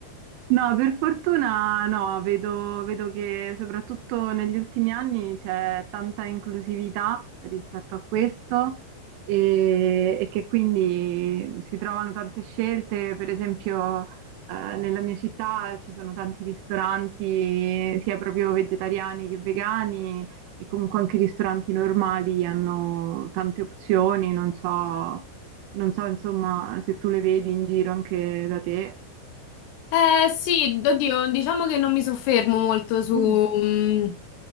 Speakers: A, on the right (about 85°); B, on the left (about 75°).
A: No, per fortuna no, vedo, vedo che soprattutto negli ultimi anni c'è tanta inclusività rispetto a questo e, e che quindi si trovano tante scelte, per esempio eh, nella mia città ci sono tanti ristoranti sia proprio vegetariani che vegani e comunque anche i ristoranti normali hanno tante opzioni, non so, non so insomma se tu le vedi in giro anche da te.
B: Eh sì, oddio, diciamo che non mi soffermo molto su,
A: Mm,
B: mm,